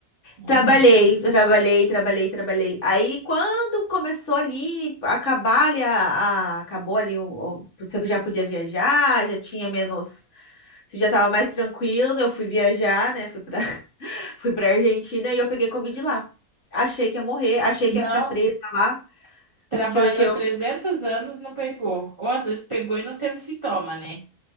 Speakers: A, on the right; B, on the left.
A: Uhum.
B: Trabalhei, trabalhei, trabalhei, trabalhei. Aí quando começou ali, acabar ali, a, a- acabou ali, o- o- você já podia viajar, já tinha menos, você já estava mais tranquilo. Eu fui viajar, né? Fui para <laughs> fui para Argentina e eu peguei Covid lá. Achei que ia morrer, achei
A: Não,
B: que ia ficar presa lá,
A: Trabalhou
B: que eu, que eu,
A: 300 anos, não pegou. Ou às vezes pegou e não teve sintoma, né?